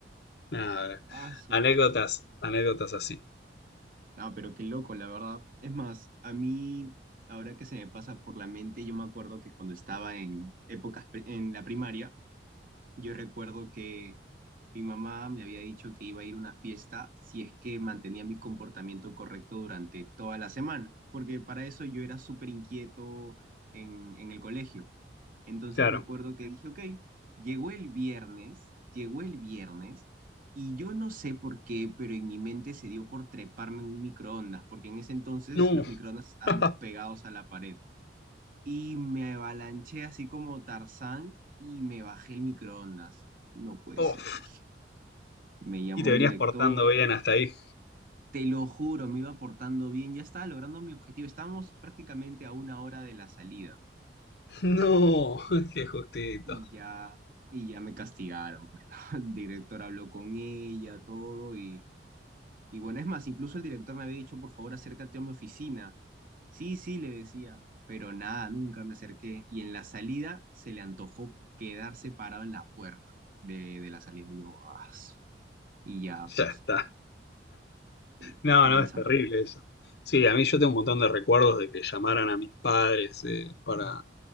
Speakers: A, on the left (about 60°); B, on the right (about 45°).
A: Nada,
B: Ah,
A: anécdotas, anécdotas así.
B: Ah, pero qué loco, la verdad. Es más, a mí, ahora que se me pasa por la mente, yo me acuerdo que cuando estaba en épocas pri- en la primaria, yo recuerdo que mi mamá me había dicho que iba a ir a una fiesta si es que mantenía mi comportamiento correcto durante toda la semana, porque para eso yo era súper inquieto en, en el colegio. Entonces
A: Claro.
B: me acuerdo que dije, ok, llegó el viernes, llegó el viernes, y yo no sé por qué, pero en mi mente se dio por treparme en un microondas, porque en ese entonces
A: No,
B: los microondas estaban
A: <laughs>
B: pegados a la pared. Y me avalanché así como Tarzán y me bajé el microondas. No puede
A: oh,
B: ser, dije. Me llamó
A: y te venías
B: el director,
A: portando bien hasta ahí.
B: te lo juro, me iba portando bien, ya estaba logrando mi objetivo. Estábamos prácticamente a una hora de la salida.
A: No, <laughs> qué justito.
B: Y ya, y ya me castigaron, pues, ¿no? <laughs> El director habló con ella, todo, y, y bueno, es más, incluso el director me había dicho, por favor, acércate a mi oficina. Sí, sí, le decía, pero nada, nunca me acerqué. Y en la salida se le antojó quedarse parado en la puerta de, de la salida. Y yo, "Ah, su". y ya, pues,
A: Ya está.
B: y,
A: No,
B: y
A: no,
B: ahí me
A: es
B: zampó.
A: terrible eso. Sí, a mí yo tengo un montón de recuerdos de que llamaran a mis padres eh, para,